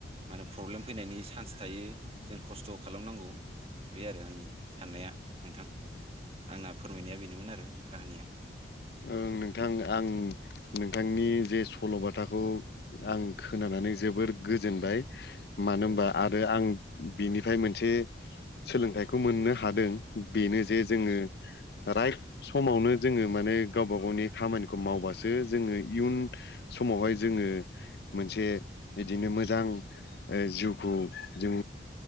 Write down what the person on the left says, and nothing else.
ओ नोंथां आं नोंथांनि जे सल'बाथाखौ आं खोनानानै नानै जोबोद गोजोनबाय मानो
होनबा आरो आं बिनिफ्राय मोनसे सोलोंथाइखौ मोननो हादों बेनो जे जोङो राइट समावनो जोङो माने गावबा गावनि खामानि खौ मावबासो जोङो इयुन समावहाय जोङो मोनसे बिदिनो मोजां जिउखौ जों